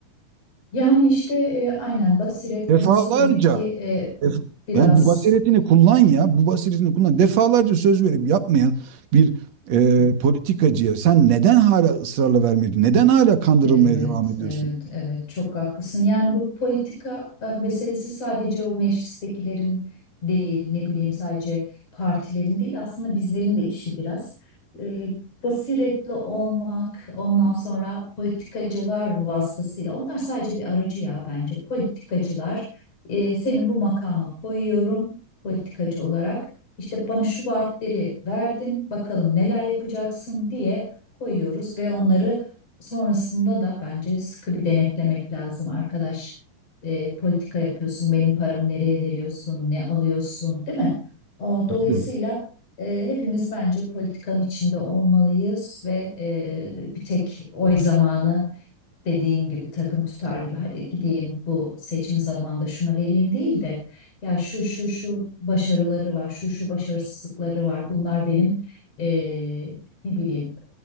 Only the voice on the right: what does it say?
Defalarca
Def-
Yani bu basiretini kullan ya. Bu basiretini kullan. Defalarca söz verip yapmayan bir e, politikacıya sen neden hala ısrarla vermiyorsun? Neden hala kandırılmaya
devam ediyorsun?
Tabii.